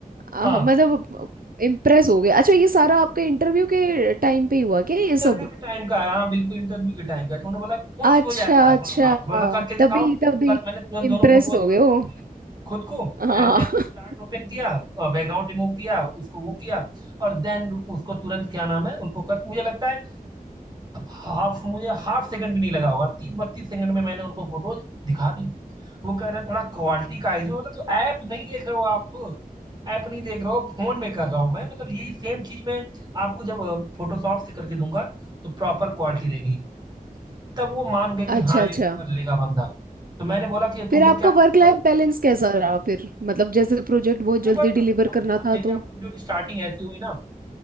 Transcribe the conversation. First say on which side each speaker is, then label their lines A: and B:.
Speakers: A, on the right; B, on the right.
A: अ,
B: हाँ
A: हाँ, मतलब इम्प्रेस हो गए अच्छा ये सारा आपका इंटरव्यू के टाइम पे ही हुआ क्या
B: ये
A: ये
B: इंटरव्यू
A: सब
B: के टाइम का है हाँ बिल्कुल इंटरव्यू के टाइम का है तो उन्होंने बोला फोन
A: अच्छा
B: से भी हो जाता है
A: अच्छा
B: बोला हाँ बोला करके दिखाओ
A: तभी तभी
B: बस मैंने तुरंत
A: इम्प्रेस
B: दोनों फोटोज
A: हो
B: व्हाट्सएप
A: गए हो
B: की खुद को
A: हाँ
B: एंड देन पिक्सार्ट
A: <laughs>
B: ओपन किया और बैकग्राउंड रिमूव किया उसको वो किया और देन उसको तुरंत क्या नाम है उनको कर मुझे लगता है हाफ मुझे हाफ सेकंड भी नहीं लगा होगा तीस बत्तीस सेकंड में मैंने उनको फोटोज दिखा दी वो कह रहे हैं थोड़ा क्वालिटी का इशू बोला तो ऐप नहीं देख रहे हो आप ऐप नहीं देख रहे हो फोन में कर रहा हूँ मैं मतलब यही सेम चीज मैं आपको जब फोटोशॉप से करके दूंगा तो प्रॉपर क्वालिटी रहेगी तब वो मान गए कि
A: अच्छा
B: हाँ
A: अच्छा
B: ये कर लेगा बंदा तो मैंने बोला कि तुमको
A: फिर आपका
B: क्या चाहिए
A: वर्क लाइफ
B: उन्होंने
A: बैलेंस कैसा रहा फिर मतलब जैसे प्रोजेक्ट बहुत
B: जबरदस्त
A: जल्दी डिलीवर
B: अब
A: करना
B: अब
A: था
B: मेरी
A: तो
B: आप समझो स्टार्टिंग ऐसी हुई ना